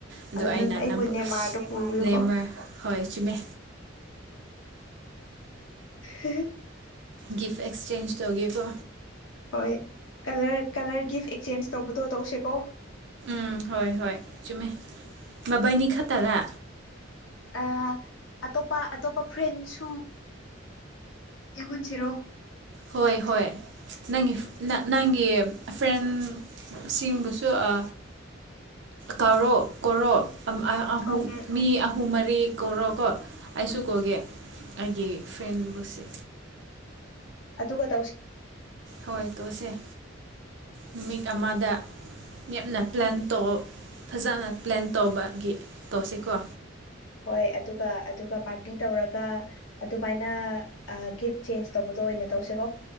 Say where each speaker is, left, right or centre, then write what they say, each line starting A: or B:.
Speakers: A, on the right (about 65°); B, on the left (about 80°).
A: ꯑꯗꯨ ꯑꯩꯅ
B: ꯅꯪ ꯑꯩꯕꯨ
A: ꯑꯅꯝꯕ
B: ꯅꯦꯃꯥꯔꯗꯣ ꯄꯨꯕꯤꯌꯨꯀꯣ
A: ꯅꯦꯝꯃꯔ ꯍꯣꯏ ꯆꯨꯝꯃꯦ
B: ꯍ
A: ꯒꯤꯐ ꯑꯦꯛꯁꯆꯦꯟꯁ ꯇꯧꯒꯦꯀꯣ
B: ꯍꯣꯏ ꯀꯂꯔ ꯀꯂꯔ ꯒꯤꯐ ꯑꯦꯛꯆꯦꯟꯁ ꯇꯧꯕꯗꯣ ꯇꯧꯁꯦꯀꯣ
A: ꯎꯝ ꯍꯣꯏ ꯍꯣꯏ ꯆꯨ ꯃꯕꯥꯅꯤ ꯈꯠꯇꯔꯥ
B: ꯑ ꯑꯇꯣꯞꯄ ꯑꯇꯣꯞꯄ ꯐ꯭ꯔꯦꯟꯁꯨ ꯌꯥꯎꯍꯟꯁꯤꯔꯣ
A: ꯍꯣꯏ ꯍꯣꯏ ꯅꯪ ꯅ ꯅꯪ ꯏ ꯐ꯭ꯔꯦꯟ ꯁꯤꯡꯕꯨꯁꯨ ꯑ ꯀꯔꯣ ꯀꯣꯔꯣ ꯑꯝ ꯑ ꯑꯍꯨꯝ
B: ꯀꯧꯒꯦ
A: ꯃꯤ ꯑꯍꯨꯝ ꯃꯔꯤ ꯀꯣꯔꯣꯀꯣ ꯑꯩꯁꯨ
B: ꯎꯝ
A: ꯀꯧꯒꯦ ꯑꯩꯒꯤ ꯐ꯭ꯔꯦꯟꯕꯨꯁꯦ
B: ꯑꯗꯨ ꯒꯠ
A: ꯍꯣꯏ ꯇꯣꯁꯦ
B: <unintelligible>
A: ꯅꯨꯃꯤꯠ ꯑꯃꯗ ꯅꯞꯅ ꯄ꯭ꯂꯥꯟ ꯇꯧ ꯐꯖꯅ ꯄ꯭ꯂꯥꯟ ꯇꯧꯕꯒꯤ ꯇꯧꯁꯤꯦꯀꯣ
B: ꯍꯣꯏ ꯑꯗꯨꯒ ꯑꯗꯨꯒ ꯄꯥꯔꯇꯤ ꯇꯧꯔꯒ ꯑꯗꯨꯃꯥꯏꯅ ꯒꯤꯐ ꯆꯦꯟꯖ ꯇꯧꯕꯗꯣ ꯑꯣꯏꯅ ꯇꯧꯁꯤꯀꯣ